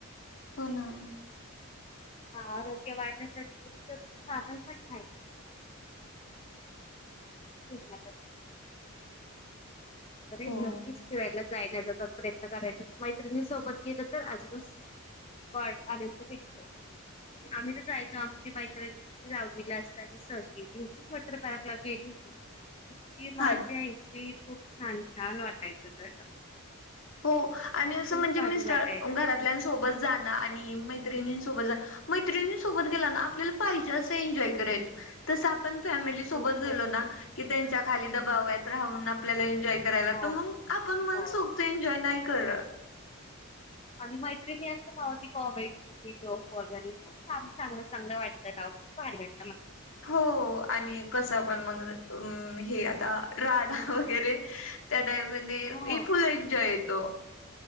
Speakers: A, on the left (about 60°); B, on the left (about 25°).
A: हो ना
B: हा आरोग्य वाढण्यासाठी उत्तम साधन पण <unintelligible> <unintelligible> बरच
A: हो
B: नक्कीच कला जायण्याचा प्रयत्न करायचा मैत्रिणी सोबत गेलं तर अजूनच वाढ आनंद भेटतो आम्ही तर जायचो आमची मैत्रिणींची दहावीला असताना सहल गेली होती वॉटरपार्क गेली इतकी मजी
A: हा
B: यायची खूप छान छान वाटायचं का
A: हो आणि असं
B: खूप
A: म्हणजे
B: भारी
A: मिस्टर
B: वाटायचं.
A: घरातल्या सोबत जाण आणि मैत्रिणी सोबत सोबत मैत्रिणींसोबत गेल ना आपल्याला पाहिजे अस एन्जॉय कराय येतो पण फॅमिली सोबत
B: खूप
A: गेलो
B: खूप
A: ना की त्यांच्या खाली दबावात राहुन आपल्या एन्जॉय करायला लागतो
B: हो
A: मग आपण मन
B: हो
A: सोक्त एन्जॉय नाही करत
B: आणि मैत्रिणी असतं ना व ती कॉमेडी जॉब वगैरे खूप चांगलं चांगलं वाटतं ना वो खूप भारी वाटत
A: हो आणि कस पण मग हे आता राडा
B: हो
A: वगैरे त्या टाइम मध्ये
B: हो
A: फुल एन्जॉय येतो